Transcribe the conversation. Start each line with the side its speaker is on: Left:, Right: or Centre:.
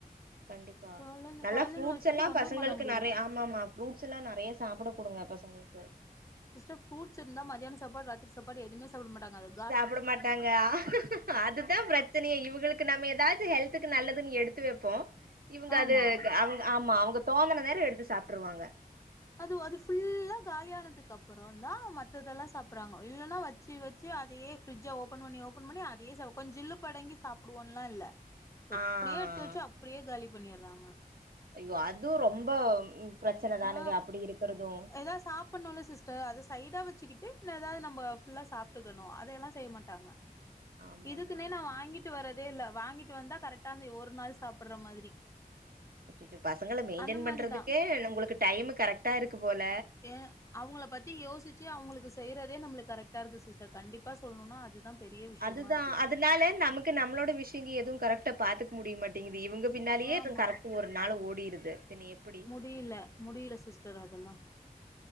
Right: கண்டிப்பா
Left: கொழந்த
Right: நல்லா
Left: கொழந்தைங்கள
Right: ஃப்ரூட்ஸ்
Left: வச்சுக்கிட்டு
Right: எல்லா
Left: ஒன்னும்
Right: பசங்கள்க்கு
Left: பண்ண முடியல
Right: நெறைய ஆமாமா ஃப்ரூட்ஸ் எல்லா நெறைய சாப்ட குடுங்க பசங்களுக்கு
Left: சிஸ்டர் ஃப்ரூட்ஸ் இருந்தா மதியாண சாப்பாடு ராத்திரி சாப்பாடு எதுமே சாப்ட மாட்டாங்க அது
Right: சாப்ட மாட்டாங்க அது தா பிர ச்சனையே இவுங்களுக்கு நம்ம ஏதாச்சி ஹெல்த்துக்கு நல்லதுன் எடுத்து வெப்போ இவுங்க
Left: ஆமா
Right: அது அவுங்க ஆமா அவுங்க தோனன நேரோ எடுத்து சாப்ட்டுருவாங்க
Left: அது அது ஃபுல்லா காலியானதுக்கு அப்புற தா மத்ததெல்லா சாப்பறாங்க இல்லனா வச்சி வச் சி அதே ஃப்ரி்ஜ ஓபன் பண்ணி ஓபன் பண்ணி அதே செவ கொஞ் ஜில்லு படங்கி சாப்டுவோன்லா இல்ல அப்டியே
Right: ஆ
Left: எடுத்து வச்சி அப்டியே காலி பண்ணிறாங்க
Right: ஐயோ அதுவு ரொம்ப பிரச்சன தானுங்க
Left: ஆ
Right: அப்டி இருக்கறது
Left: ஏதா சாப் பனாலு சிஸ்டர் அத சைடா வச்சிக்கிட்டு ஏதாவது நம்ம ஃபுல்லா சாப்ட்டுக்கனு அதையெல்லா செய்ய மாட்டாங்க
Right: <inaudible>
Left: இதுக்குனே
Right: ஆமா
Left: நா வாங்கிட்டு வரதே இல்ல வாங்கிட்டு வந்தா கரெக்டா அந்த ஒரு நாள் சாப்பிற மாதிரி
Right: அச்சச்சோ பசங்கள மெயின்டென்
Left: அந்த
Right: பண்றதுக்கே
Left: மாரிதா
Right: உங்களுக்கு டைம் கரெக்டா இருக்கு போல
Left: ஏ அவுங்கள பத்தி யோசிச்சி அவுங்களுக்கு செய்யறதே நம்மளுக்கு கரெக்டா இருக்கு சிஸ்டர் கண்டிப்பா சொல்லுனுனா அதுதா பெரிய விஷயமா
Right: அதுதா
Left: இருக்கு இப்போ
Right: அதனால நமக் கு நம்ளோட விஷ் இங்க எதுவு கரெக்டா பாத்துக்க முடிய மாட்டேங்கிது இவுங்க பின்னாலயே
Left: ஆமா
Right: கரெக்ட் ஒரு நாளு ஓடிருது பின்ன எப்புடி
Left: அப்டி இல்ல முடியில சிஸ்டர் அதெல்லா